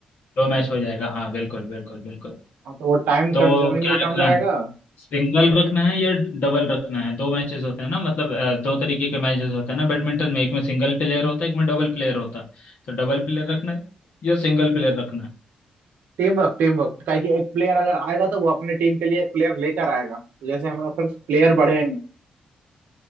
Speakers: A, on the left (about 70°); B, on the right (about 75°).
A: दो मैच हो जाएगा हाँ बिल्कुल बिल्कुल बिल्कुल
B: हाँ तो वो टाइम
A: तो
B: कंज्यूमिंग
A: क्या
B: भी
A: रखना
B: कम रहेगा
A: है सिंगल रखना है या डबल रखना है दो मैचेस होते हैं ना मतलब अ, दो तरीके के मैचेस होते हैं ना बैडमिंटन में एक में सिंगल प्लेयर होता है एक में डबल प्लेयर होता है तो डबल प्लेयर रखना है या सिंगल प्लेयर रखना है
B: टीम वर्क टीम वर्क क्या कि एक प्लेयर अगर आएगा तो वो अपने टीम के लिए एक प्लेयर लेकर आएगा तो जैसे हमारे पास प्लेयर बढ़ेंगे